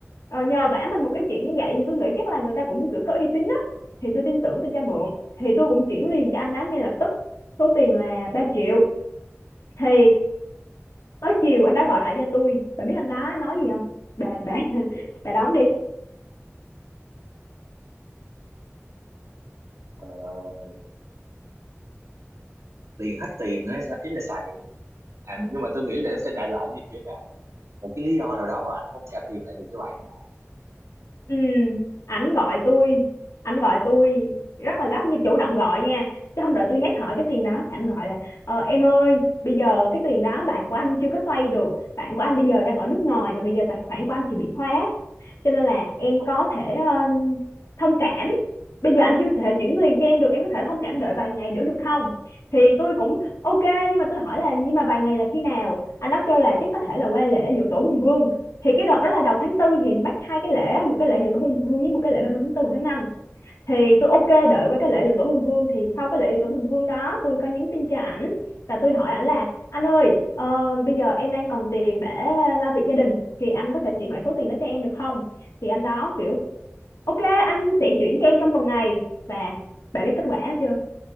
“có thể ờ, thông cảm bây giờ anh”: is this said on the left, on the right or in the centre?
Left